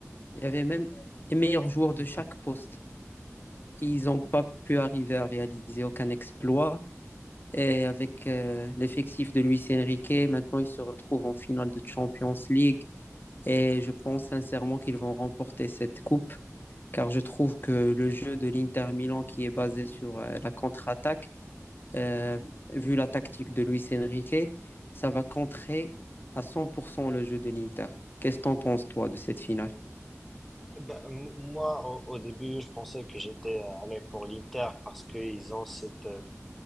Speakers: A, on the left; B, in the centre.
A: Il y avait même les meilleurs joueurs de chaque poste. Ils n'ont pas pu arriver à réaliser aucun exploit. Et avec euh, l'effectif de Luis Enrique, maintenant ils se retrouvent en finale de Champions League. Et je pense sincèrement qu'ils vont remporter cette coupe, car je trouve que le jeu de l'Inter Milan, qui est basé sur euh, la contre-attaque, euh, vu la tactique de Luis Enrique, ça va contrer à 100% le jeu de l'Inter. Qu'est-ce que t'en penses, toi, de cette finale?
B: Ben, m- moi, au, au début, je pensais que j'étais euh, allé pour l'Inter parce qu'ils ont cette euh,